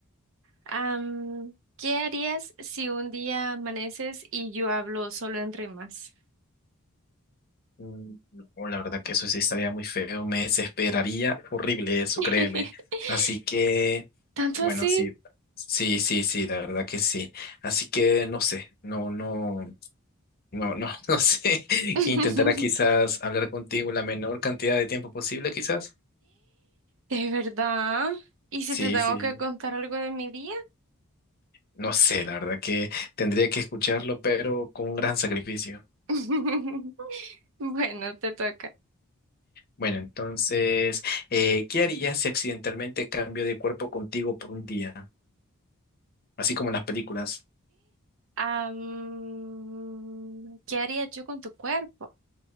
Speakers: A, on the right; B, on the left.
A: Am, ¿qué harías si un día amaneces y yo hablo solo en rimas?
B: Mm, No, la verdad que eso sí estaría muy feo, me desesperaría horrible eso,
A: <laughs>
B: créeme. Así que,
A: ¿Tanto
B: bueno,
A: así?
B: sí, sí, sí, sí, la verdad que sí. Así que no sé, no, no, no, no, <laughs> no sé.
A: <laughs>
B: Intentará quizás hablar contigo la menor cantidad de tiempo posible, quizás.
A: ¿De verdad? ¿Y si
B: Sí,
A: te tengo
B: sí,
A: que contar algo de mi día?
B: no sé, la verdad que tendría que escucharlo, pero con un gran sacrificio.
A: <laughs> Bueno, te toca.
B: Bueno, entonces, eh, ¿qué harías si accidentalmente cambio de cuerpo contigo por un día? Así como en las películas.
A: Am, ¿qué haría yo con tu cuerpo?